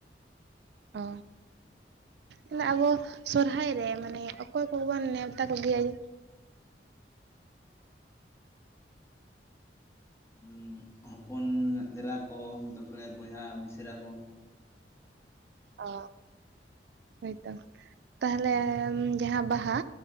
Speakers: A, on the right; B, on the left.
A: ᱚ ᱚᱱᱮ ᱟᱵᱚ ᱥᱚᱨᱦᱟᱭ ᱨᱮ ᱢᱟᱱᱮ ᱚᱠᱚᱭ ᱠᱚᱵᱚᱱ ᱱᱮᱶᱛᱟ ᱠᱚᱜᱮᱭᱟ? <unintelligible>
B: ᱦᱩᱸᱜ ᱦᱚᱯᱚᱱ ᱮᱨᱟ ᱠᱚ ᱛᱟᱨᱯᱚᱨᱮ ᱵᱚᱭᱦᱟ ᱢᱤᱥᱨᱟ ᱠᱚ᱾
A: ᱚ ᱦᱳᱭᱛᱳ ᱛᱟᱦᱟᱞᱮ ᱡᱟᱦᱟᱸ ᱵᱟᱦᱟ,